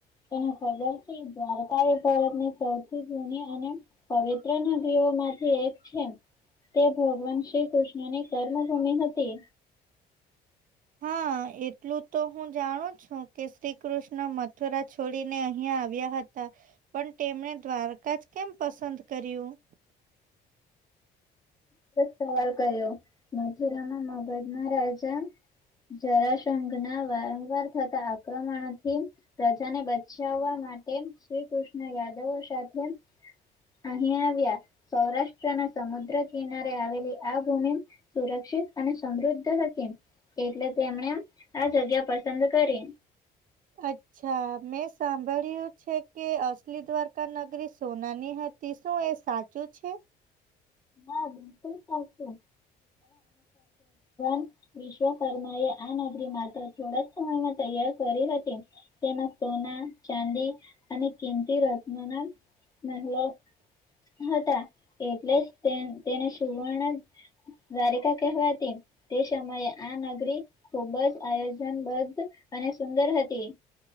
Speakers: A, on the left (about 20°); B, on the right (about 50°).
A: તેને ખબર છે દ્વારકા એ ભારતની સૌથી જૂની અને પવિત્ર નદીઓમાંથી એક છે. તે ભગવાન શ્રી કૃષ્ણની કર્મભૂમિ હતી.
B: હા. એટલું તો હું જાણું છું કે શ્રી કૃષ્ણ મથુરા છોડીને અહિયાં આવ્યા હતા. પણ તેમણે દ્વારકા જ કેમ પસંદ કર્યું?
A: ખૂબ જ સવાલ કર્યો મથુરામાં મગધ ના રાજા જરાશઘના વારંવાર થતા આક્રમણથી પ્રજાને બચાવવા માટે શ્રી કૃષ્ણ યાદવો સાથે અહીં આવ્યા. સૌરાષ્ટ્રના સમુદ્ર કિનારે આવેલી આ ભૂમિ સુરક્ષિત અને સમૃદ્ધ હતી. એટલે તેમને આ જગ્યા પસંદ કરી.
B: અચ્છા મેં સાંભળ્યું છે કે અસલી દ્વારકા નગરી સોનાની હતી. એ શું એ સાચું છે?
A: ના બિલકુલ સાચું <unintelligible> વિશ્વકર્મા એ આ નગરી માત્ર થોડા જ સમયમાં તૈયાર કરી હતી. તેના સોના, ચાંદી અને કિંમતી રત્નના મહેલો. હતા. એટલે જ તેણ તેને સુવર્ણ જ દ્વારિકા કહેવાતી. તે સમયે આ નગરી ખુબ જ આયોજનબદ્વ અને સુંદર હતી.